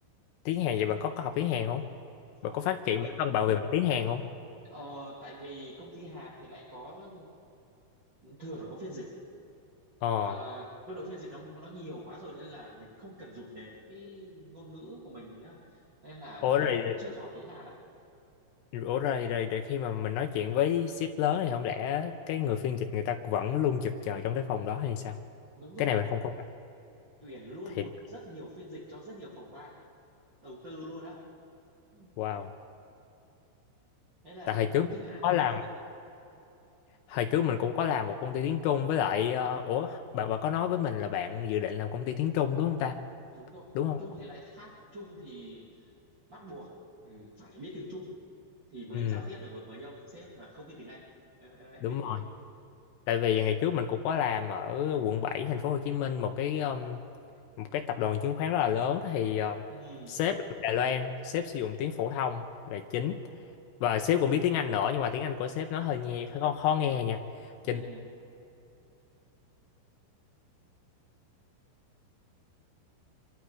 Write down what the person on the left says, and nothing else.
Tiếng Hàn vậy bạn có, có học tiếng Hàn không?
Bạn có phát
triển bản thân bạn về mặt tiếng Hàn không?
Ờ.
Ủa rồi,
ủa rồi, rồi để khi mà mình nói chuyện với sếp lớn thì không lẽ cái người phiên dịch người ta vẫn luôn trực chờ trong cái phòng đó hay sao?
Cái này mình không không
thiệt.
Wow.
Tại hồi trước
mình
có
làm,
hồi trước mình cũng có làm một công ty tiếng Trung với lại ờ, ủa bạn bạn có nói với mình là bạn dự định làm công ty tiếng Trung đúng không ta?
Đúng không?
Ừ,
đúng
rồi. tại vì ngày trước mình cũng có làm ở quận 7 thành phố Hồ Chí Minh một cái um, một cái tập đoàn chứng khoán rất là lớn thì um,
sếp là người Đài Loan sếp sử dụng tiếng phổ thông là chính và sếp cũng biết tiếng Anh nữa nhưng mà tiếng Anh của sếp nó hơi nghe hơi khó, khó nghe nha
cho nên